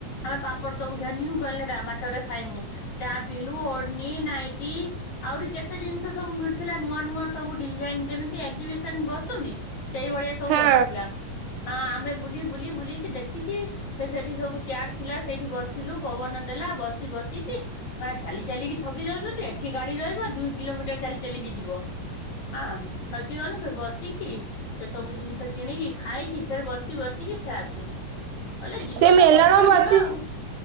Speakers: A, on the left (about 60°); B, on the right (about 70°).
A: ଆମେ ପାପଡ଼ ସବୁ ଘେଣିଲୁ କହିଲେ ବାଟରେ ଖାଇମୁ ଚା ପିଇଲୁ ଓଡ଼ନୀ ନାଇଟି ଆହୁରି କେତେ ତେ ଜିନିଷ ସବୁ ମିଳୁଥିଲା ନୂଆ ନୂଆ ସବୁ ଡିଜାଇନ ଯେମିତି ଏକ୍ଜିବିସନ ବସୁନି? ସେଇଭଳିଆ ସବୁ
B: ହଁ
A: ବସିଥିଲା। ଆଁ ଆମେ ବୁଲି ବୁଲି ବୁଲିକି ଦେଖିକି ସେ ସେଠି ସବୁ ଚେୟାର ଥିଲା ସେଇଠି ବସିଲୁ ପବନ ଦେଲା ବସି ବସିକି ମାନେ ଚାଲି ଚାଲିକି ଥକି ଯାଉଚନ୍ତି ଏଠି ଗାଡି ରହିବ ଦୁଇ କିଲୋମିଟର ଚାଲି ଚାଲିକି ଯିବ ଆଁ ଥକି ଗଲୁ ଫେରେ ବସିକି ସେ ସବୁ ଜିନିଷ କିଣିକି ଖାଇକି ଫେରେ ବସି ବସିକି ଫର ଆସିଲୁ। କହିଲେ ଯିବ
B: ସେ ମେଲଣ
A: ତ ଘରକୁ
B: ବସି
A: ଯିବା ଆଉ